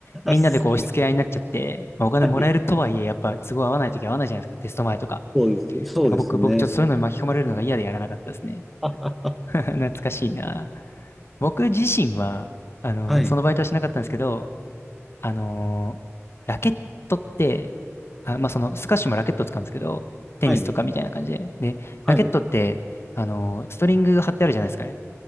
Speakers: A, on the left; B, in the centre.
A: みんなでこう押し付け合いになっちゃって、
B: <laughs> それ
A: まあお金もらえるとはいえ、
B: はい。
A: やっぱ都合合わないとき合わないじゃないですか、テスト前とか。
B: そうです。そうですね。
A: なんか僕、僕ちょっとそういうのに巻き込まれるのが嫌でやらなかったですね。
B: <laughs>
A: <laughs> 懐かしいな。僕自身は、あの、
B: はい。
A: そのバイトはしなかったんですけど、あのーラケットって、あ、まあ、その、スカッシュもラケットを使うんですけど、テニスとかみたいな感じで。
B: はい。
A: で、
B: はい。
A: ラケットって、あのーストリングが貼ってあるじゃないですかね。